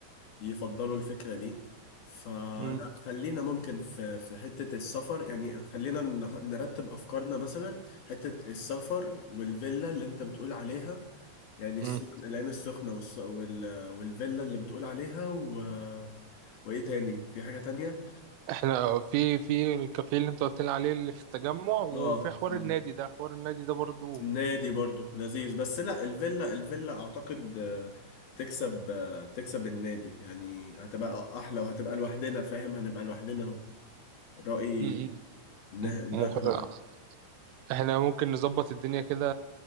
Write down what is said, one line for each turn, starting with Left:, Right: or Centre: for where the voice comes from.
Left: يفضلوا الفكرة دي فلا
Right: مم.
Left: خلينا ممكن في في حتة السفر يعني خلينا نح- نرتب افكارنا مثلا حتة السفر والفيلا اللي انت بتقول عليها يعني
Right: مم.
Left: السخن العين السخنة والس... وال... والفيلا اللي بتقول عليها و... وايه تاني في حاجة تانية
Right: احنا في في الكافيه اللي انت قلت لي عليه اللي في التجمع وفي
Left: اه
Right: حوار
Left: آه.
Right: النادي ده حوار النادي ده برضو
Left: النادي برضو لذيذ بس لا الفيلا الفيلا اعتقد آه، تكسب آه، تكسب النادي يعني هتبقى احلى وهتبقى لوحدنا فاهم هنبقى لوحدنا رأيي
Right: مم.
Left: انها
Right: مم.
Left: انها
Right: مقدر
Left: تبقى احلى
Right: احنا ممكن نظبط الدنيا كده